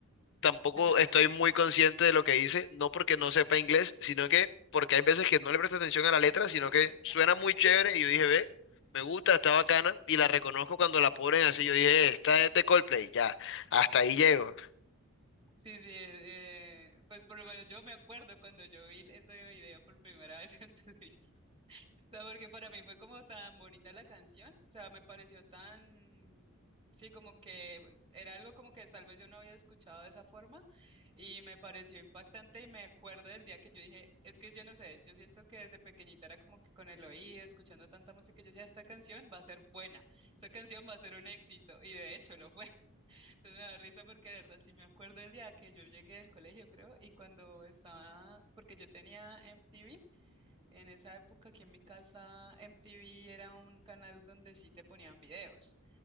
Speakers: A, on the left; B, on the right.
A: Tampoco
B: <laughs>
A: estoy muy consciente de lo que dice, no porque no sepa inglés, sino que porque hay veces que no le presto atención a la letra,
B: No le
A: sino
B: prestas,
A: que suena
B: ajá.
A: muy chévere y yo dije, ve, me gusta, está bacana y la reconozco cuando la ponen así. Yo dije, "Eh, esta es de Coldplay, ya, hasta ahí llego.
B: Sí, sí, eh, pues por lo menos yo me acuerdo cuando yo vi ese video por primera vez en <laughs> televisión. O sea, porque para mí fue como tan bonita la canción, o sea, me pareció tan, sí, como que era algo como que tal vez yo no había escuchado de esa forma y me pareció impactante y me acuerdo del día que yo dije, es que yo no sé, yo siento que desde pequeñita era como que con el oído, escuchando tanta música, yo decía, esta canción va a ser buena, esta canción va a ser un éxito y de hecho lo fue. Entonces me da risa porque de verdad sí me acuerdo el día que yo llegué del colegio, creo, y cuando estaba, porque yo tenía MTV, en esa época aquí en mi casa MTV era un canal donde sí te ponían videos